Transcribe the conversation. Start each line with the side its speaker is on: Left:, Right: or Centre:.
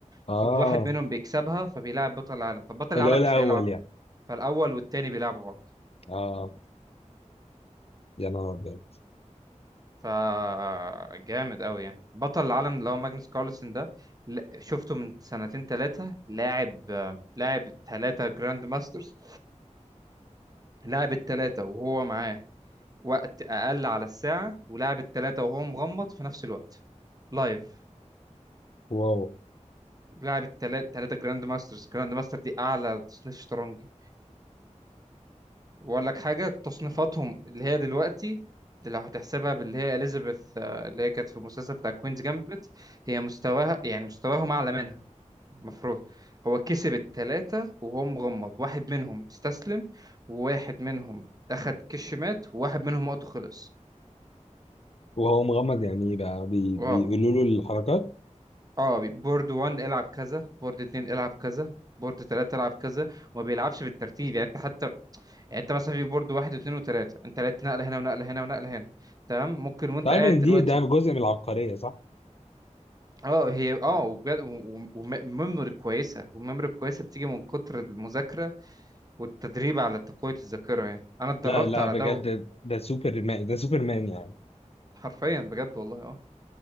Left: اه
Right: المفروض واحد منهم بيكسبها فبيلعب بطل العالم طب بطل العالم
Left: اللي هو الاول
Right: مش هيلعب
Left: يعني
Right: فالاول والتاني بيلعبوا بعض
Left: اه يا نهار ابيض
Right: ف جامد قوي يعني بطل العالم اللي هو ماجنس كارلسن ده ل- شفته من سنتين ثلاثة لاعب لاعب ثلاثة جراند ماسترز لاعب الثلاثة وهو معاه وقت اقل على الساعة ولاعب الثلاثة وهو مغمض في نفس الوقت لايف
Left: واو
Right: لعب التلاتة تلاتة جراند ماسترز جراند ماستر دي أعلى تصنيف شطرنجي وأقول لك حاجة تصنيفاتهم اللي هي دلوقتي اللي لو هتحسبها باللي هي إليزابيث آه، اللي هي كانت في المسلسل بتاع كوينز جامبت هي مستواها يعني مستواهم أعلى منها المفروض هو كسب التلاتة وهو مغمض واحد منهم استسلم وواحد منهم أخد كش مات وواحد منهم وقته خلص
Left: وهو مغمض يعني ايه بقى بي... بيقولوا
Right: واو
Left: له الحركات
Right: اه بورد 1 العب كذا بورد 2 العب كذا بورد 3 العب كذا وما بيلعبش بالترتيب يعني انت حتى يعني انت مثلا في بورد واحد واثنين وثلاثه انت لقيت نقله هنا ونقله هنا ونقله هنا تمام ممكن وانت
Left: تعرف
Right: قاعد
Left: ان
Right: دلوقتي
Left: دي ده جزء من العبقرية صح
Right: اه هي اه وبجد وميموري كويسه والميموري الكويسه بتيجي من كتر المذاكره والتدريب على تقويه الذاكره يعني انا اتدربت
Left: لا لا
Right: على
Left: بجد
Right: ده
Left: ده سوبر مان ده سوبر مان يعني
Right: حرفيا بجد والله اه